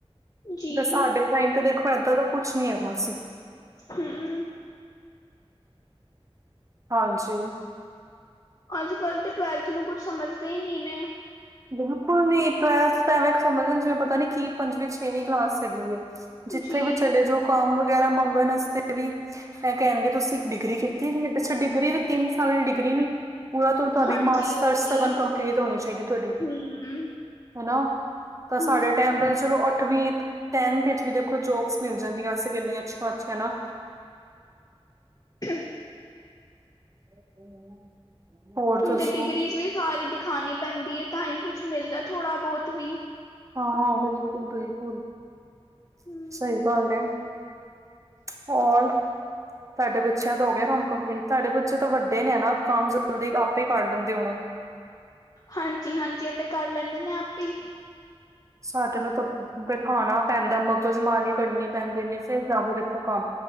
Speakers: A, on the left; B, on the right.
A: ਜੀ
B: ਜਾ ਸਾਡੇ ਟਾਈਮ ਤੇ ਦੇਖੋ ਏਦਾਂ ਦਾ ਕੁਛ ਨੀ ਹੈਗਾ ਸੀ।
A: ਹੂੰ।
B: ਹਾਂਜੀ।
A: ਅੱਜ ਕੱਲ ਤੇ ਟਵੈਲਥ ਨੂੰ ਕੁੱਛ ਸਮਝਦੇ ਨੀਂ ਨੇ।
B: ਬਿਲਕੁਲ ਨੀ ਟਵੇਲਥ ਤਾਂ ਐਵੇਂ ਕ ਸਮਝਦੇ ਨੇ ਜਿਵੇਂ ਪਤਾ ਨੀ ਕੀ ਪੰਜਵੀਂ ਛੇਵੀਂ ਕਲਾਸ ਹੈਗੀ ਏ। ਜਿੱਥੇ
A: ਜੀ
B: ਵੀ ਚਲੇ ਜੋ ਕੰਮ ਵਗੈਰਾ ਮੰਗਣ ਅਸਤੇ ਵੀ ਫੇਰ ਕਹਿਨਗੇ ਤੁਸੀਂ ਡਿਗਰੀ ਕੀਤੀ ਨੀ ਅੱਛਾ ਡਿਗਰੀ ਵੀ ਤਿੰਨ ਸਾਲੀ ਡਿਗਰੀ ਨੀ ਪੂਰਾ ਤੋਂ ਤੁਹਾਡੀ
A: ਹਾਂਜੀ
B: ਮਾਸਟਰਸ
A: ਉਹ ਵੀ
B: ਤਕਨ ਕੰਪਲੀਟ ਹੋਨੀ ਚਾਹੀਦੀ ਤੋਹਡੀ
A: ਹਮ
B: ਤਾਂ
A: ਹਮ
B: ਸਾਡੇ, <unintelligible> ਟੇਮ ਤੇ ਚਲੋ ਅੱਠਵੀ ਟੇਨਥ ਇਚ ਵੀ ਦੇਖੋ ਜੋਬਸ ਮਿਲ ਜਾਂਦੀਆਂ ਸੀ ਕਿੰਨੀਆਂ ਅੱਛੀਆਂ-ਅੱਛੀਆ ਨਾ।
A: <unintelligible> <unintelligible>
B: <unintelligible> <unintelligible> ਹੋਰ?
A: ਹੁਨ
B: ਦੱਸੋ
A: ਤੇ ਡਿਗਰੀਜ਼ ਵੀ ਸਾਰੀ ਦਿਖਾਨੀ ਪੈਂਦੀ ਏ ਤਾਂ ਹੀ ਕੁਛ ਮਿਲਦਾ ਥੋੜ੍ਹਾ ਬੋਤ ਵੀ।
B: ਹਾਂ ਬਿਲਕੁਲ-ਬਿਲਕੁਲ
A: ਹਮ
B: ਸਹੀ ਗੱਲ ਏ। ਹੋਰ? ਤਾਡੇ ਬੱਚੇਆਂ ਦਾ ਹੋ ਗਿਆ ਕੰਮ ਕੰਪਲੀਟ ਤਹਾਡੇ ਬੱਚੇ ਤਾਂ ਵੱਡੇ ਨੇ ਨਾ ਕੰਮ ਜਲਦੀ ਆਪੇ ਕਰ ਦਿੰਦੇ ਹੋਣੇ।
A: ਹਾਂਜੀ-ਹਾਂਜੀ ਇਹ ਤੇ ਕਰ ਲੈਂਦੇ ਨੇ ਆਪੇ ਈ।
B: ਸਾਡੇ ਨੂੰ ਤਾਂ ਬੈਠਾਣਾ ਪੈਂਦਾ ਮਗਜ਼ਮਾਨੀ ਕਰਨੀ ਪੈਂਦੀ ਇਨੀ ਫਿਰ ਜਾਹ ਇਥੋਂ ਕੰਮ